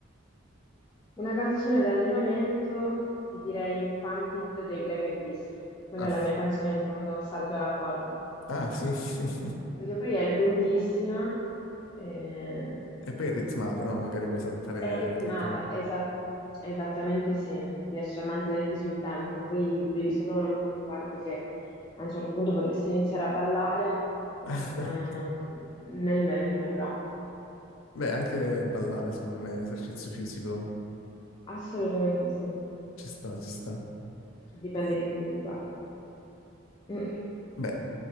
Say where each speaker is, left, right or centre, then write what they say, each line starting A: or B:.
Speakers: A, on the left (about 25°); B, on the left (about 85°).
A: una canzone d'allenamento, ti direi Pump It dei Black Eyed Peas. Quella
B: Ah,
A: è la mia canzone di quando salto la corda.
B: ah, sì. <laughs>
A: Perché poi è lunghissima. eh,
B: E poi è ritmata, no? Magari puoi saltare
A: È ritmata,
B: al ritmo.
A: esa- esattamente sì, riesci a mantenerti sul tempo, poi devi solo non preoccuparti che a un certo punto potresti iniziare a ballare
B: <laughs>
A: eh, nel mentre, però
B: Beh, anche ballare, secondo me, esercizio fisico,
A: assolutamente sì,
B: ci sta, ci sta.
A: dipende
B: Eh,
A: che tipo di ballo. Mm.
B: beh,